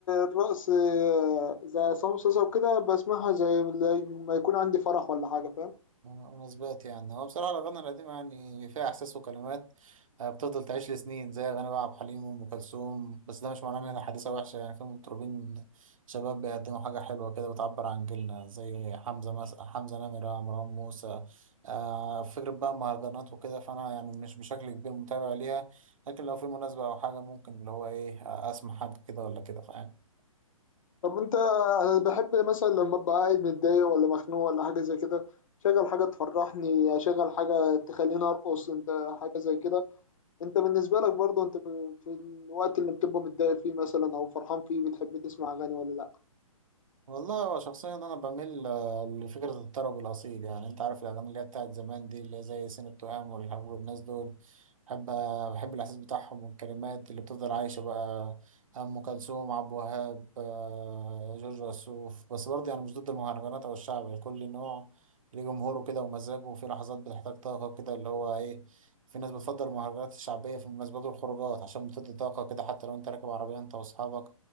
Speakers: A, on the left; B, on the right.
A: الرقص آه، زي عصام صاصا وكده بسمعها زي زي ما يكون عندي فرح ولا حاجة فاهم
B: مناسبات يعني هو بصراحة الأغاني القديمة يعني فيها إحساس وكلمات آه، بتفضل تعيش لسنين زي أغاني بقى عبد الحليم وأم كلثوم بس ده مش معناه إن هي حديثة وحشة يعني في مطربين شباب بيقدموا حاجة حلوة كده بتعبر عن جيلنا زي حمزة مس... حمزة نمرة مروان موسى آه فكرة بقى مهرجانات وكده فأنا يعني مش بشكل كبير متابع ليها لكن لو في مناسبة أو حاجة ممكن اللي هو إيه آه، أسمع حاجة كده ولا كده فاهم
A: طب أنت أنا بحب مثلا لما أبقى قاعد متضايق ولا مخنوق ولا حاجة زي كده شغل حاجة تفرحني أشغل حاجة تخليني أرقص أنت حاجة زي كده أنت بالنسبة لك برضو أنت في في الوقت اللي بتبقى متضايق فيه مثلا أو فرحان فيه بتحب تسمع أغاني ولا لأ؟
B: والله هو شخصيا انا بميل آه، لفكره الطرب الاصيل يعني انت عارف الاغاني اللي هي بتاعت زمان دي اللي هي زي سن التهام والارهاب والناس دول بحب آه، بحب الاحساس بتاعهم والكلمات اللي بتفضل عايشه بقى ام كلثوم عبد الوهاب آه، جورج وسوف بس برضه يعني مش ضد المهرجانات او الشعب كل نوع ليه جمهوره كده ومزاجه وفي لحظات بتحتاج طاقه كده اللي هو ايه في ناس بتفضل المهرجانات الشعبيه في المناسبات والخروجات عشان بتدي طاقه كده حتى لو انت راكب عربيه انت واصحابك